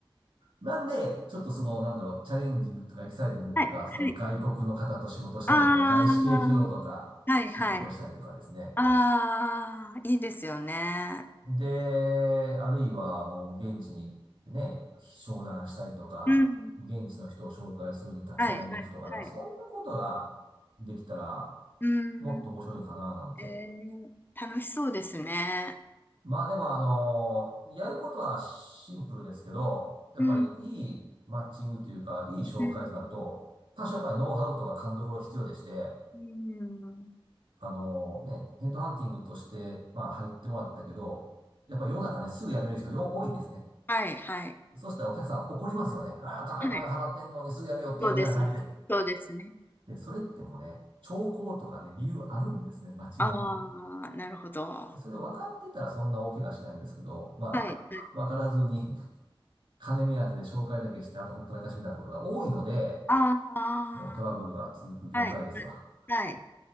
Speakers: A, on the right; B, on the left.
A: なんで、ちょっとその、なんだろう、チャレンジングとかエキサイティングっていうか、
B: はい、はい。
A: その、外国の方と仕事したりとか、
B: あ
A: 外資系企業とか、
B: あ、はい、
A: 仕事をしたりとかですね。
B: はい。ああ、いいですよね。
A: で、あるいはもう現地に行ってね、商談したりとか、
B: うん。
A: 現地の人を紹介するに立ち会いに行くとか、
B: はい、はい、
A: なんかそんなことができたら
B: はい。うん。
A: もっと面白いかななんて。
B: えー、楽しそうですね。
A: まあでもあの、やることはシンプルですけど、やっぱりいいマッチングというか、
B: うん、
A: いい紹介となると、
B: うん、
A: 多少やっぱりノウハウとか勘どころ必要でして、
B: うん。
A: あのね、ヘッドハンティングとして、まあ入ってもらったけど、やっぱり世の中ね、すぐ辞める人よ、多いんですね。
B: はい、はい。
A: そしたらお客さん怒りますよね。ああ、高い金払ってんのにすぐやめよって、
B: はい。そうです。
A: みたいな感じで。
B: そうですね。
A: で、それってもね、兆候とかね、理由あるんですね。間違いなく。
B: ああ、なるほど。は
A: で、それを分かってたらそんな大怪我しないんですけど、まあ、
B: い、はい。
A: 分からずに <laughs> 金目当てで紹介だけして、あとほったらかしみたいなことが多いので、
B: ああ、
A: もうトラブルが続く業界ですわ。
B: はい、はい。はい